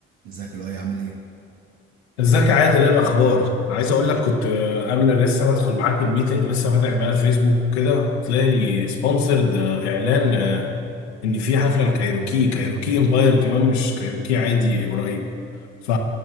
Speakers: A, on the right; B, on the left.
A: ازيك اللي هو عامل ايه
B: ازيك يا عادل ايه الاخبار عايز اقول لك كنت آه، قبل لسه ما ادخل معاك الميتنج لسه فاتح بقى الفيسبوك وكده وطلع لي سبونسرد اعلان آه، ان في حفله لكايروكي كايروكي امباير كمان مش كايروكي عادي قريب ف